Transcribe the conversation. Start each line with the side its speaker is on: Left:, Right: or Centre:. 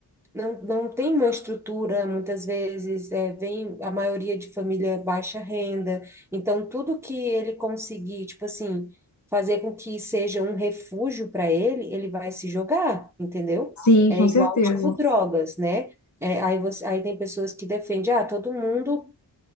Centre: não, não tem uma estrutura, muitas vezes, é, vem a maioria de família baixa renda, então tudo que ele conseguir, tipo assim, fazer com que seja um refúgio para ele, ele vai se jogar, entendeu?
Left: Sim,
Centre: É
Left: com
Centre: igual,
Left: certeza.
Centre: tipo, drogas, né? É, aí, você, aí tem pessoas que defendem, ah, todo mundo